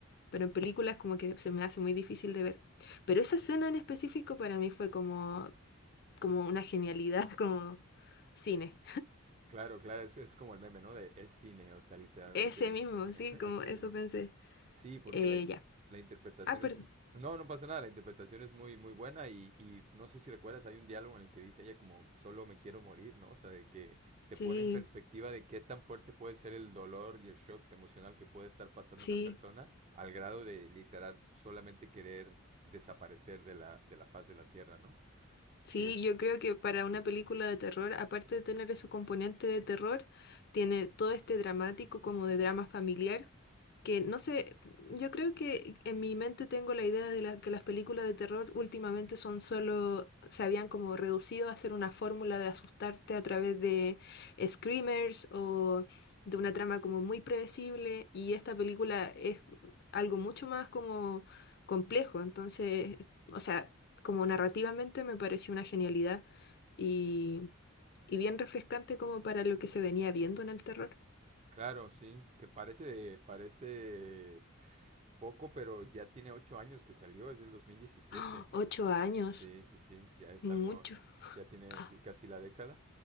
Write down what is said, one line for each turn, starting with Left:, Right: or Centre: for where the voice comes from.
Left: pero en películas como que se me hace muy difícil de ver. Pero esa escena en específico para mí fue como, como una genialidad, <laughs> como cine.
Right: Claro, claro, es, es como el meme, ¿no? De es cine, o sea, literalmente
Left: Ese mismo,
Right: es, <laughs>
Left: sí, como
Right: ese
Left: eso
Right: mismo.
Left: pensé.
Right: Sí, porque
Left: Eh,
Right: la, in-
Left: ya.
Right: la interpretación
Left: Ah, perdón.
Right: es... mu- No, no pasa nada, la interpretación es muy, muy buena y, y no sé si recuerdas, hay un diálogo en el que dice ella como, solo me quiero morir, ¿no? O sea, de que te
Left: Sí,
Right: pone en perspectiva de qué tan fuerte puede ser el dolor y el shock emocional que puede estar pasando
Left: sí.
Right: una persona al grado de literal solamente querer desaparecer de la, de la faz de la tierra, ¿no? Sí
Left: Sí,
Right: es,
Left: yo creo que para una película de terror, aparte de tener ese componente de terror, tiene todo este dramático como de drama familiar, que no sé, yo creo que en mi mente tengo la idea de la- que las películas de terror últimamente son solo, se habían como reducido a hacer una fórmula de asustarte a través de screamers o de una trama como muy predecible, y esta película es algo mucho más como complejo, entonces, o sea como narrativamente me pareció una genialidad y, y bien refrescante como para lo que se venía viendo en el terror.
Right: claro, sí, que parece, parece poco, pero ya tiene ocho años que salió, es del dos mil diecisiete
Left: ¡Ah! Ocho años,
Right: Sí, sí, sí, ya es
Left: mucho.
Right: algo, ya tiene
Left: Ah,
Right: sí, casi la década.